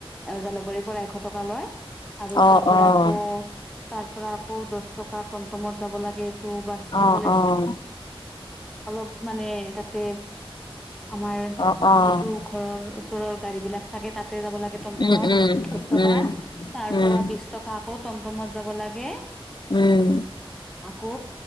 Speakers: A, in the centre; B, on the left.
A: জালুকবাৰীৰ পৰা এশ টকা লয়। আৰু
B: অ',
A: তাৰ
B: অ',
A: পৰা আকৌ তাৰ পৰা আকৌ দহ টকা মটমত যাব লাগে এইটো বাছ
B: অ',
A: এইফালে
B: অ',
A: অলপ মানে তাতে আমাৰ
B: অ',
A: যিটো ঘৰৰ ওচৰৰ গাড়ী বিলাক থাকে তাতে যাব লাগে টমটমত
B: উম, উম,
A: দহ টকা তাৰ
B: উম,
A: পৰা বিশ টকা আকৌ টমটমত যাব লাগে
B: উম।
A: আকৌ